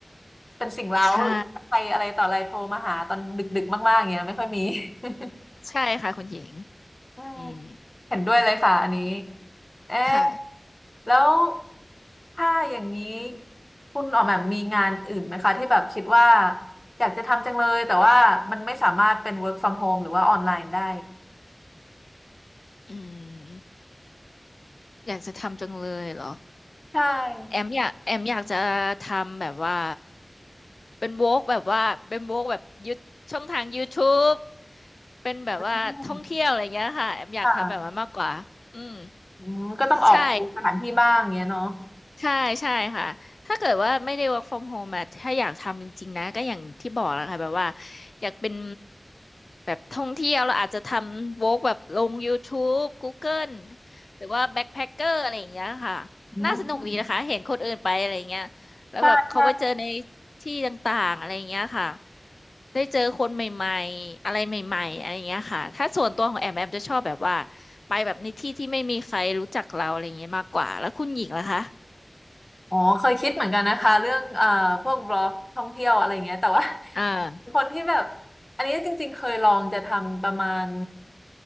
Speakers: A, on the left; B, on the left.
A: เป็นสิ่งเร้าหรือใครอะไรต่ออะไรโทรมาหาตอนดึกๆมากๆอย่างเงี้ยไม่ค่อยมี
B: ใช่
A: <laughs>
B: ใช่ค่ะคุณหญิง
A: อืม
B: อืม
A: เห็นด้วยเลยค่ะอันนี้เอ๊ะ
B: ค่ะ
A: แล้วถ้าอย่างนี้คุณออกแบบมีงานอื่นไหมคะที่แบบคิดว่าอยากจะทำจังเลยแต่ว่ามันไม่สามารถเป็น work from home หรือว่าออนไลน์ได้
B: อืมอยากจะทำจังเลยเหรอ
A: ใช่
B: แอมอยากแอมอยากจะทำแบบว่าเป็นโวกแบบว่าเป็นโวกแบบยูช่องทาง YouTube เป็นแบบว่าท่องเที่ยวอะไรเงี้ยค่ะแอมอยากทำแบบนั้นมากกว่าอืม
A: อืมค่ะอืมก็ต้องออกสถานที่บ้างเงี้ยเนาะ
B: ใช่ ใช่ใช่ค่ะถ้าเกิดว่าไม่ได้ work from home อะถ้าอยากทำจริงๆนะ ก็อย่างที่บอกแล้วค่ะแบบว่าอยากเป็นแบบท่องเที่ยวเราอาจจะทำ work แบบลง YouTube Google หรือว่า backpacker อะไรอย่างเงี้ยค่ะ
A: อืม
B: น่าสนุกดีนะคะเห็นคนอื่นไปอะไรเงี้ยแล้วแบบเขาไปเจอใน
A: ใช่ใช่
B: ที่ต่างๆอะไรเงี้ยค่ะ ได้เจอคนใหม่ๆอะไรใหม่ๆอะไรเงี้ยค่ะ ถ้าส่วนตัวของแอมแอมจะชอบแบบว่าไปแบบในที่ที่ไม่มีใครรู้จักเราอะไรเงี้ยมากกว่าแล้วคุณหญิงล่ะคะ
A: อ๋อเคยคิดเหมือนกันนะคะเรื่องเอ่อพวกบล็อกท่องเที่ยวอะไรเงี้ยแต่ว่า
B: อ่า
A: <laughs> คนที่แบบอันนี้จริงๆเคยลองจะทำประมาณ